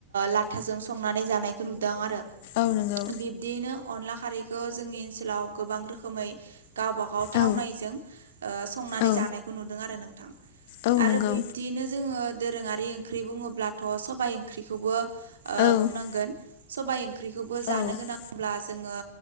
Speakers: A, on the right; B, on the left.
A: लाथाजों संनानै जानायखौ नुदों आरो
B: औ नंगौ
A: बिदिनो अनला खारैखौ जोंनि ओनसोलाव गोबां रोखोमै गावब गाव थावनायजों
B: औ
A: ओ संनानै
B: औ
A: जानायखौ नुदों आरो नोंथां।
B: औ
A: आरो
B: नंगौ
A: बिब्दियैनो जोङो दोरोङारि ओंख्रि बुङोब्लाथ' सबाय ओंख्रिखौबो ओ
B: औ
A: बुंनांगोन सबाय ओंख्रिखौबो जानो
B: औ
A: गोनांब्ला जोङो